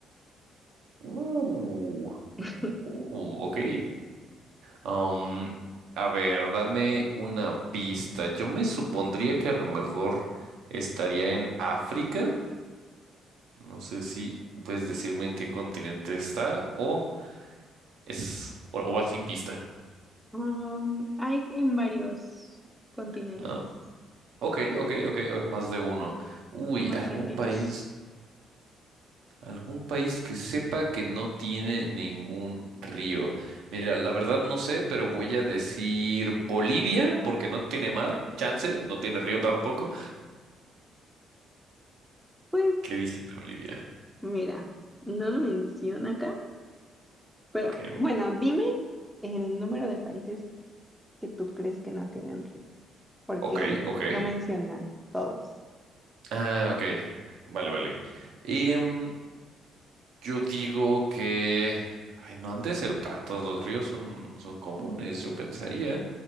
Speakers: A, on the right; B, in the centre.
A: Uh,
B: <laughs>
A: uh, ok. Am, a ver, dame una pista. Yo me supondría que a lo mejor estaría en África. No sé si puedes decirme en qué continente está o es o, o va sin pista.
B: Am, hay en varios continentes,
A: ¿no? Ok, ok, ok, más de uno. Uy,
B: son bastantitos.
A: algún país, algún país que sepa que no tiene ningún río. Mira, la verdad no sé, pero voy a decir Bolivia, porque no tiene mar, chance, no tiene río tampoco.
B: Pues
A: ¿Qué dicen de Bolivia?
B: mira, no lo menciona acá, pero
A: Ok,
B: bueno, dime el número de países que tú crees que no tienen río, porque
A: ok. ok.
B: no menciona todos.
A: Ah, ok. Vale, vale. Em, yo digo que... Ay, no han de ser tantos, los ríos son, son comunes, yo pensaría.